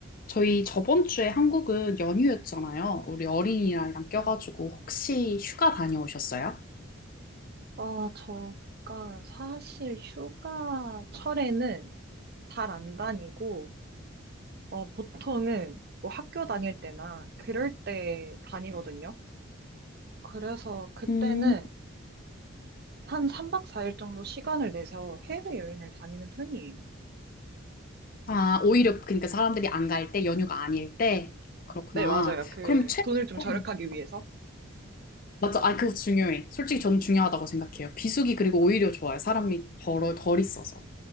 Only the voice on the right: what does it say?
아, 저가 사실 휴가철에는 잘 안 다니고, 어, 보통은 뭐 학교 다닐 때나 그럴 때 다니거든요. 그래서 그때는
한 3박 4일 정도 시간을 내서 해외여행을 다니는 편이에요.
네, 맞아요. 그
돈을 좀 절약하기 위해서.
아,